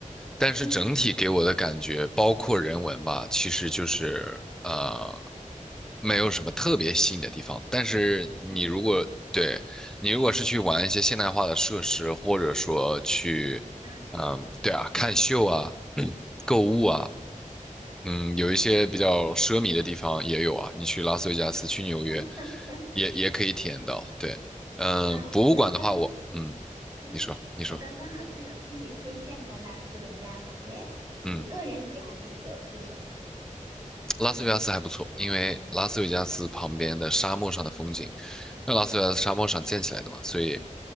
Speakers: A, in the centre; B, on the right.
A: 但是整体给我的感觉，
B: 嗯
A: 包括人文吧，其实就是呃，没有什么特别吸引的地方。但是你如果对你如果是去玩一些现代化的设施，
B: 嗯
A: 或者说去，
B: 嗯
A: 嗯，对啊，看秀啊，<clears throat> 购物啊，嗯，有一些比较奢靡的地方也有啊。你去拉斯维加斯，去纽约，
B: <laughs>
A: 也也可以体验到。对，嗯，
B: 嗯，
A: 博物馆的话，
B: 我刚刚
A: 我嗯，
B: 嗯，
A: 你说，你说，
B: 我刚刚好像有听你推荐过拉斯维加斯，哎，
A: 嗯，
B: 你个人喜欢的理由是什么？
A: 拉斯维加斯还不错，因为拉斯维加斯旁边的沙漠上的风景那拉斯维加斯沙漠上建起来的嘛，所以，